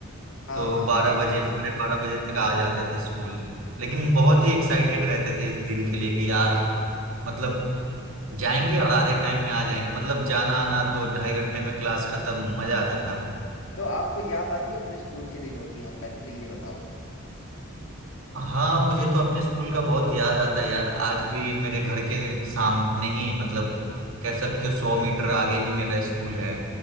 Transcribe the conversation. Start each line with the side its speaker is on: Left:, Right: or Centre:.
Left: हाँ
Right: तो
Left: हाँ
Right: बारह
Left: बिल्कुल
Right: बजे
Left: बिल्कुल
Right: साढ़े बारह बजे तक आ जाते थे स्कूल लेकिन बहुत ही एक्साइटेड रहते थे इस दिन के लिए कि यार मतलब जाएंगे और आधे टाइम में आ जाएंगे मतलब जाना आना दो ढाई घंटे में क्लास खत्म मजा आता था
Left: तो आपको याद आती है अपने स्कूल के दिनों की आप पहले तो ये बताओ मुझे
Right: हाँ मुझे तो अपने स्कूल का बहुत याद आता है यार आज भी मेरे घर के सामने ही मतलब कह सकते हो सौ मीटर आगे ही मेरा स्कूल है